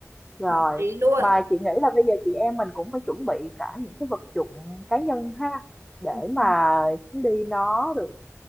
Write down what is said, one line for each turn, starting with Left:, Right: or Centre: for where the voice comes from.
Centre: rồi
Right: hợp lý luôn.
Centre: mà chị nghĩ là bây giờ chị em mình cũng phải chuẩn bị cả những cái vật dụng cá nhân ha để
Right: Đúng rồi.
Centre: mà chuyến đi nó được